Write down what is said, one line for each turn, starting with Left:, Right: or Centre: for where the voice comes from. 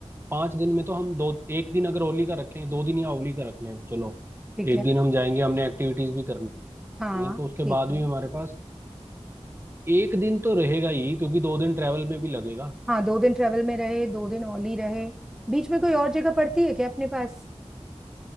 Right: पांच दिन में तो हम दो एक दिन अगर होली का रखें दो दिन या होली का रख लें चलो
Centre: ठीक है
Right: एक दिन हम जाएंगे हमने एक्टिविटीज भी करनी
Centre: हाँ
Right: है तो उसके
Centre: ठीक
Right: बाद
Centre: है
Right: भी हमारे पास एक दिन तो रहेगा ही क्योंकि दो दिन ट्रैवल में भी लगेगा
Centre: हाँ दो दिन ट्रेवल में रहे दो दिन ओनली रहे बीच में कोई और जगह पड़ती है क्या अपने पास